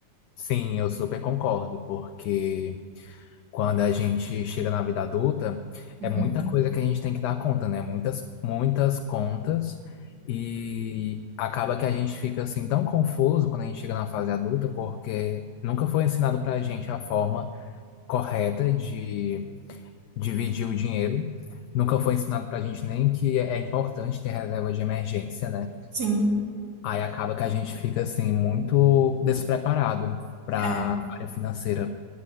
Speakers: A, on the left (about 75°); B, on the right (about 60°).
A: sim, eu super concordo, porque quando a gente chega na vida adulta,
B: Uhum.
A: é muita coisa que a gente tem que dar conta, né? Muitas, muitas contas, e acaba que a gente fica assim tão confuso quando a gente chega na fase adulta, porque nunca foi ensinado pra gente a forma correta de dividir o dinheiro, nunca foi ensinado pra gente nem que é importante ter reserva de emergência, né?
B: Sim,
A: Aí acaba que a gente fica assim muito despreparado para
B: é.
A: área financeira.